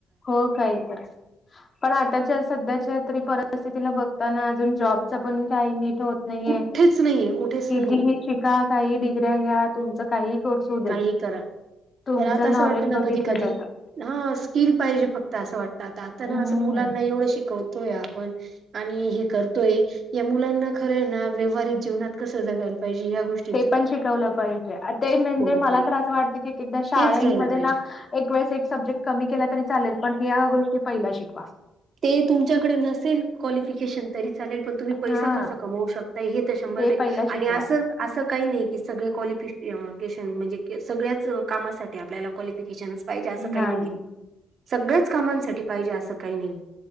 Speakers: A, on the left; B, on the right.
A: हो कायतर. पण आताच्या सध्याच्या तरी परिस्थितीला बघताना अजून जॉबच पण काही नीट होत. नाहीये
B: कुठेच नाहीये कुठेच
A: कितीही
B: नाहीये
A: शिका काही डिग्र्या घ्या. तुमच काही कोर्स हो
B: काही
A: देत
B: करा
A: तुमचं
B: त्याला आता असं
A: नॉलेज
B: वाटतं ना
A: बघितलं
B: कधी कधी
A: जातं.
B: हा स्किल पाहिजे फक्त असं वाटतं आता आता ना
A: हम्म
B: असं मुलांना एवढं शिकवतोय आपण. आणि हे करतोय या मुलांना खरंय ना व्यवहारिक जीवनात कसं जगायला पाहिजे ह्या गोष्टी.
A: ते पण शिकवलं पाहिजे आता.
B: पाहिजे
A: मला ख वाट शामध्ये
B: तेच घ्यायला पाहिजे
A: ना एक वेळेस एक सब्जेक्ट कमी केला तरी चालेल पण ह गो. पहिला शिकवा.
B: ते तुमच्याकडे नसेल क्वालिफिकेशन तरी चालेल पण तुम्ही पैसा
A: हा
B: कसा कम होऊ शकते हे तर शंभर
A: ते
B: टक्के
A: पहिला शिकवा
B: आणि अस असं काही नाही की सगळे कवालिफ. म्हण सगळ्याच कामासाठी आपल्याला क्लिफिकेशन पाहिजे असं काही
A: नाही
B: नाहीय. सगळ्याच कामांसाठी पाहिजे असं काही नाही